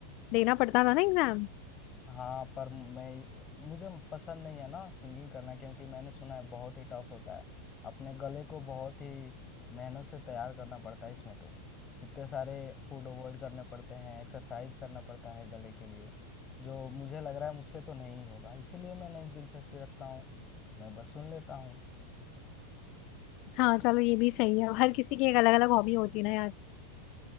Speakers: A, on the left; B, on the left.
A: देना पड़ता था ना एग्जाम
B: हाँ पर मैं मुझे पसंद नहीं है ना सिंगिंग करना क्योंकि मैंने सुना है बहुत ही टफ होता है अपने गले को बहुत ही मेहनत से तैयार करना पड़ता है इसमें तो कितने सारे फूड अवॉइड करने पड़ते हैं एक्सरसाइज करना पड़ता है गले के लिए जो मुझे लग रहा है मुझसे तो नहीं होगा इसीलिए मैं नहीं दिलचस्पी रखता हूँ मैं बस सुन लेता हूँ
A: हाँ चलो ये भी सही है हर किसी की एक अलग अलग हॉबी होती है ना यार